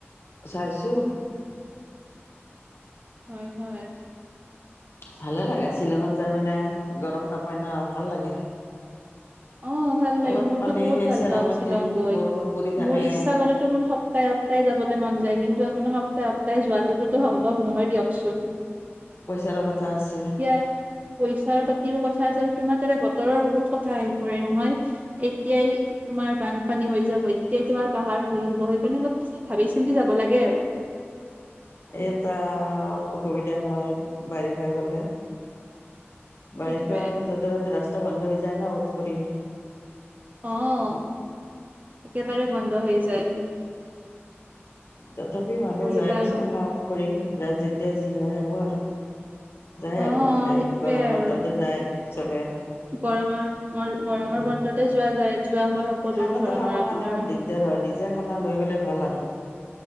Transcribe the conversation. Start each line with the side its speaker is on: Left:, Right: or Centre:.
Left: চাইছোঁ।
Right: হয়- হয়।
Left: ভালে লাগে শ্বিলঙত যায় মানে গৰম নাপায় ন, ভাল লাগে।
Right: অ', ভাল লাগে
Left: অলপ
Right: মোৰতো
Left: খালি
Right: বহুত
Left: সেই
Right: ভাল
Left: চেৰাপুঞ্জীত
Right: পাওঁ শ্বিলং গৈ,
Left: বৰষুণ পৰি থাকে
Right: মোৰ ইচ্ছা গ'লেতো মোৰ সপ্তাহে সপ্তাহে যাবলে মন যায়, কিন্তু আপোনাৰ সপ্তাহে-সপ্তাহে যোৱাটোতো সম্ভৱ নহয় দিয়কচোন।
Left: পইচাৰো কথা আছে।
Right: এতিয়া পইচাৰ পাতিৰো কথা আছে, আৰু তোমাৰ তাৰে বতৰৰ বহুত কথা আহি কৰে নহয়, এতিয়াই তোমাৰ বানপানী হৈ যাব, এতিয়াই তোমাৰ পাহাৰ খহিব সেইকাৰণে অলপ ভাবি চিন্তি যাব লাগে আৰু।
Left: এই তাত অসুবিধা হয় বাৰিষা গ'লে। বাৰিষা
Right: সেইটোৱে
Left: হলে য'তে ত'তে ৰাস্তা বন্ধ হৈ যায় ন <unintelligible> কৰি।
Right: অ', একেবাৰে বন্ধ হৈ যায়।
Left: তথাপিও মানুহে
Right: কি কৰিবা
Left: যায় দেচোন
Right: আৰু
Left: সাহস কৰি, যাৰ যেতিয়া যি হয় হ'ব আৰু। যায়
Right: অ অ
Left: আৰু এনেকে,
Right: সেইটোৱে
Left: গৰম
Right: আৰু
Left: বন্ধতে যায় চবে।
Right: গৰমৰ মোৰ
Left: অ'।
Right: গৰমৰ বন্ধতে যোৱা যায় যোৱা হয় সকলো
Left: খানাটো
Right: ধৰণৰ
Left: খাবৰ কাৰণে
Right: আপোনাৰ
Left: অলপ দিগদাৰ হয়, নিজে খানা লৈ গ'লে ভাল আৰু।